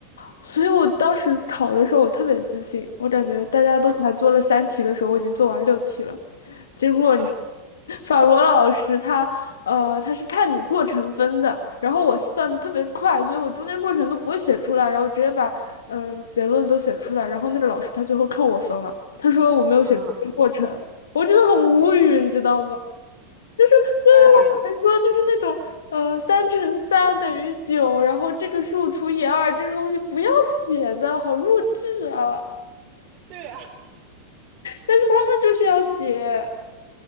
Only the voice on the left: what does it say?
所以我当时考的时候，我特别自信，我感觉大家都才做了三题的时候，我已经做完六题了。结果你知道
法罗老师他呃他是看你过程分的，然后我算的特别快，所以我中间过程都不会写出来，然后直接把嗯、结论都写出来，然后那个老师他最后扣我分了，他说我没有写出过程，
我真的很无语，你知道吗？就是对是我来说就是那种嗯，
三乘三等于九，然后这个数除以二这种东西不要写的，好弱智啊！
但是他们就是要写，